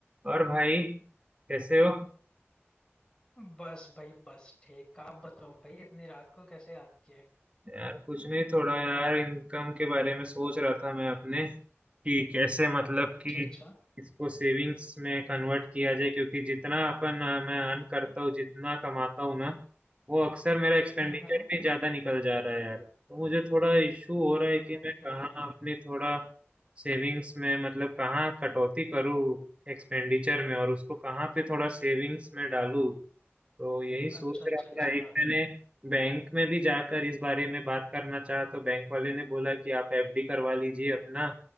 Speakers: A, on the right (about 25°); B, on the left (about 20°).
A: और भाई कैसे हो
B: बस भाई बस ठीक आप बताओ भाई इतनी रात को कैसे याद किए
A: यार कुछ नहीं थोड़ा यार इनकम के बारे में सोच रहा था मैं अपने कि कैसे मतलब
B: अच्छा
A: कि
B: अच्छा
A: इसको सेविंग्स में कन्वर्ट किया जाए क्योंकि जितना अपन अ, मैं अर्न करता हूँ जितना कमाता हूँ ना वो अक्सर मेरा एक्सपेंडिचर
B: हम्म हम्म
A: भी ज्यादा निकल जा रहा है यार तो मुझे थोड़ा इशू हो रहा है
B: Okay
A: कि मैं कहाँ
B: okay
A: अपनी थोड़ा सेविंग्स में मतलब कहाँ कटौती करूँ एक्सपेंडिचर में और उसको कहाँ पे थोड़ा सेविंग्स में डालूँ तो यही सोच
B: अच्छा अच्छा
A: रहा
B: अच्छा
A: था एक मैंने बैंक में भी जाकर इस बारे में बात करना चाहा तो बैंक वाले ने बोला कि आप एफडी करवा लीजिए अपना